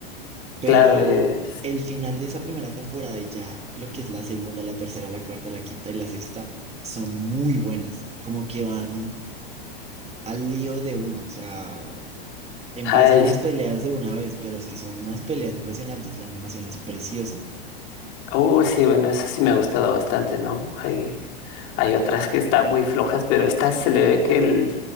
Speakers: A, on the right (about 20°); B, on the left (about 50°).
A: Pero
B: Claro, eh,
A: el final de esa primera temporada y ya lo que es la segunda, la tercera, la cuarta, la quinta y la sexta son muy buenas. Como que van al lío de una. O sea, empiezan
B: ay,
A: las peleas de una vez, pero es que son unas peleas impresionantes. La animación es preciosa.
B: Uh, sí, bueno, eso sí me ha gustado bastante, ¿no? Hay, hay otras que están muy flojas, pero esta se le ve que el,